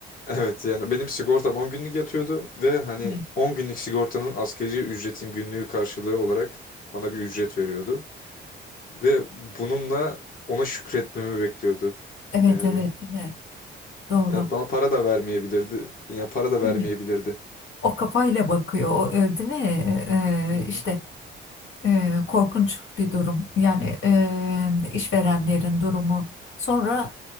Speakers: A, on the left; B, on the left.
A: Evet yani benim sigortam 10 günlük yatıyordu ve hani
B: Evet.
A: 10 günlük sigortanın asgari ücretin günlüğü karşılığı olarak bana bir ücret veriyordu. Ve bununla ona şükretmemi bekliyordu.
B: Evet
A: Yani,
B: evet değil mi? Doğru.
A: yani bana para da vermeyebilirdi. Yani para da vermeyebilirdi.
B: Değil mi? O kafayla bakıyor, o, e, değil mi? E,
A: Hı hı.
B: e, işte E, korkunç bir durum. Yani e, işverenlerin durumu. Sonra